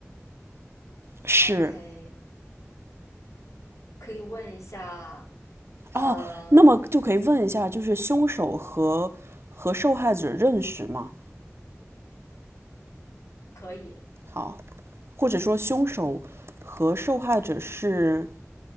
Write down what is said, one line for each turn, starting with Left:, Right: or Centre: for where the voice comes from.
Right: 是
Left: ，OK，可以问一下，呃，
Right: 哦，那么就可以问一下，就是凶手和和受害者认识吗？
Left: 可以。
Right: 好，或者说凶手和受害者是